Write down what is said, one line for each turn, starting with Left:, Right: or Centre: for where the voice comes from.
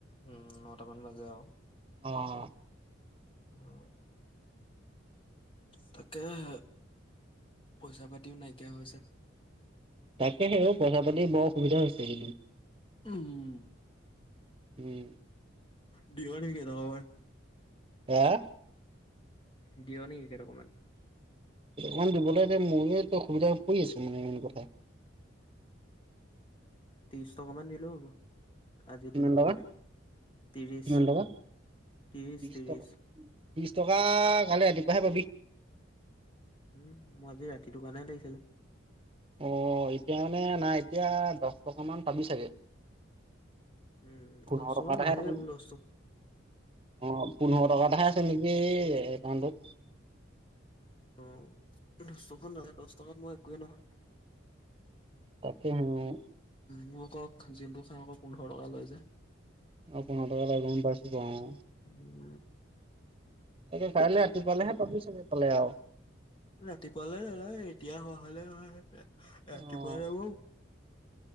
Left: উম, নটামান বাজে আৰু।
Right: অ'।
Left: উম, তাকেহে। পইচা পাতিও নাইকিয়া হৈছে।
Right: তাকেহে অ', পইচা-পাতি বৰ অসুবিধা হৈছে এই কেইদিন।
Left: উম।
Right: উম'।
Left: দিঅ নেকি কেই টকা মান।
Right: আহ?
Left: দিঅ নেকি কেই টকা মান?
Right: কেই টকামান দিবলৈ এতিয়া মোৰে এতিয়া অসুবিধা পৰি আছে, মানে ইমান কথা।
Left: ত্ৰিশ টকা মান দিলেও হ'ব। আজিৰ
Right: কিমান
Left: দিনটোৰ
Right: টকা?
Left: কাৰণে, ত্ৰিশ-ত্ৰিশ-ত্ৰিশ।
Right: কিমান টকা? ত্ৰিশ টকা, ত্ৰিশ টকা, কাইলৈ ৰাতিপুৱাহে পাবি।
Left: উম, মই আজি ৰাতিটোৰ কাৰণহে লাগিছিলে।
Right: অ', এতিয়া মানে নাই, এতিয়া দহ টকামান পাবি চাগে।
Left: উম,
Right: পোন্ধৰ
Left: দহ টকা
Right: এটাহে
Left: নালাগে
Right: আছে নেকি?
Left: মোক দহ টক
Right: অ', পোন্ধৰ টকা এটাহে আছে নেকি এই একাউণ্টত।
Left: উম, দহ টকাত দহ টকাত মোৰ একোৱেই নহয়।
Right: তাকেহেনে।
Left: মোক আকৌ যোনটো খাওঁ আকৌ পোন্ধৰ টকা লয় যে।
Right: অ', পোন্ধৰ টকা লয় গম পাইছোঁটো অ'।
Left: উম।
Right: তাকে কাইলৈ ৰাতিপুৱালেহে পাবি চাগে পালে আৰু।
Left: ৰাতিপুৱালৈ নালাগে এতিয়া হোৱা হ'লে হয় ৰাতিপুৱা
Right: অ',
Left: <inaudible>